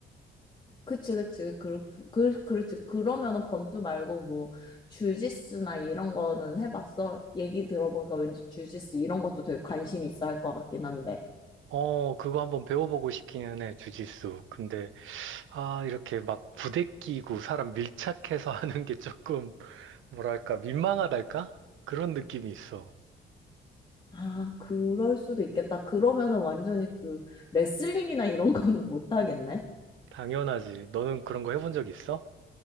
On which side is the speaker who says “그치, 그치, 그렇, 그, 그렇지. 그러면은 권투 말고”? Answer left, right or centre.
Left